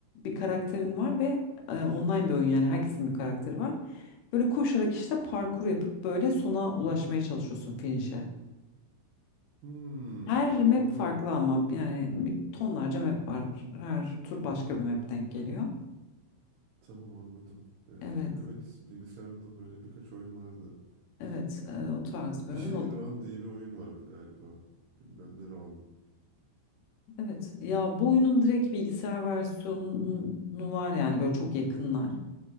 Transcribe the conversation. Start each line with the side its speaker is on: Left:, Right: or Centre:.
Left: Bir karakterin var ve e, online bir oyun yani herkesin bir karakteri var. Böyle koşarak işte parkur yapıp böyle sona ulaşmaya çalışıyorsun finish'e.
Right: Hmm,
Left: Her map
Right: tamam.
Left: farklı ama yani mi- tonlarca map var. Her tur başka bir map denk geliyor.
Right: Tamam anladım. Ee,
Left: Evet.
Right: evet bilgisayarda da böyle birkaç oyun vardı.
Left: Evet, e,
Right: Ee,
Left: o tarz bir
Right: bir
Left: oyun.
Right: şey
Left: O...
Right: Run diye bir oyun vardı galiba. Bilmem ne Run.
Left: Evet. Ya bu oyunun direkt bilgisayar versiyonu var yani böyle çok yakınlar.